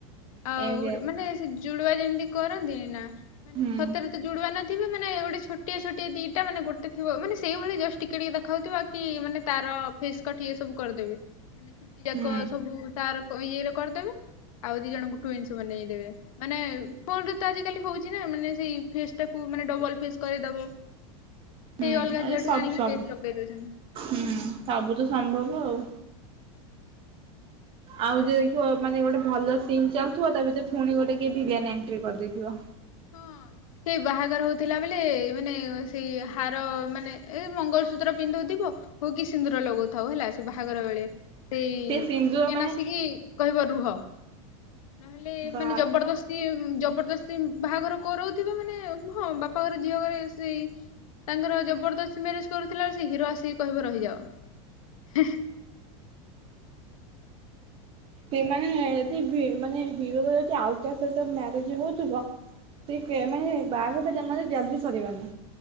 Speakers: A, on the left; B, on the right.
A: ଆଉ
B: ଏମିତି
A: ଗୋଟେ ମାନେ ସେଇ ଜୁଡ୍ୱା ଯେମତି କରନ୍ତିନି ନା ମାନେ
B: ହୁଁ
A: ସତରେ ତ ଜୁଡ୍ୱା ନ ତିବି ମାନେ ଗୋଟେ ଛୋଟିଆ ଛୋଟିଆ ଦିଇଟା ମାନେ ଗୋଟେ ଥିବ ମାନେ ସେଇ ଭଳି ଜଷ୍ଟିକେ ଟିକି ଦେଖାହଉଥିବ ଆଉ କି ମାନେ ତାର ଫେସ୍ କଟ୍ ଇଏ ସବୁ କରିଦେବେ ହେନେ ଚୁଟି ଯାକ
B: ହୁଁ
A: ସବୁ ତାର କ ଇଏରେ କରିଦେବେ‌। ଆଉ ଦି ଜଣଙ୍କୁ ଟୁଇନ୍ସ ବନେଇଦେବେ। ମାନେ ଫୋନ୍ ରେ ତ ଆଜିିକାଲି ହୋଉଚି ନାଁ ମାନେ ସେଇ ଫେସ୍ ଟାକୁ ମାନେ ଡବଲ୍ ଫେସ୍ କରେଇଦବ।
B: ହୁଁ
A: ସେଇ ଅଲଗା
B: ଆରେ
A: ଝିଅଟେ
B: ସବୁ
A: ଜାଣିକି
B: ସବୁ
A: ଫେସ୍ ଲଗେଇ ଦୋଉଚନ୍ତି।
B: ହୁଁ ସବୁ ତ ସମ୍ଭବ ଆଉ। ଆଉ ଯୋଉ ଦେଖିବ ମାନେ ଗୋଟେ ଭଲ ସିନ୍ ଚାଲଥୁବ ତା ଭିତରେ ଫୁଣି ଗୋଟେ କିଏ ଭିଲିଆନ୍ ଏଣ୍ଟ୍ରି କରିଦେଇଥିବ।
A: ହଁ। ସେଇ ବାହାଘର ହୋଉଥିଲା ବେଳେ ମାନେ ସେଇ ହାର ମାନେ ଏଇ ମଙ୍ଗଳସୂତ୍ର ପିନ୍ଧଉଥିବ ହୁ କିି ସିନ୍ଦୁର ଲଗଉଥାଉ ହେଲା ସେ ବାହାଘର ବେଳେ। ସେଇ
B: ସେ ସିନ୍ଦୁର
A: ଭିଲିଆନ୍
B: ମାନେ
A: ଆସିକି କହିବ ରୁହ ନହେଲେ
B: ବା
A: ମାନେ ଜବରଦସ୍ ସିଏ ଜବରଦସ୍ତି ବାହାଘର କରଉଥିବେ ମାନେ ହଁ ବାପା ଘରେ ଝିଅ ଘରେ ଏସି ତାଙ୍କର ଜବରଦସ୍ତି ମ୍ୟାରେଜ କରୁଥିଲାଳେ ସେ ହିରୋ ଆସିକି କହିବ ରହିଯାଅ। ହେଁ ହେଁ
B: ସେ ମାନେ ଯଦି ମାନେ ହିରୋ ଯଦି ଆଉ କା ସହିତ ମ୍ୟାରେଜ ହଉଥିବ ସେ କେ ମାନେ ବାହାଘତ ଜମା ଯେ ଜଲଦି ସରିବନି।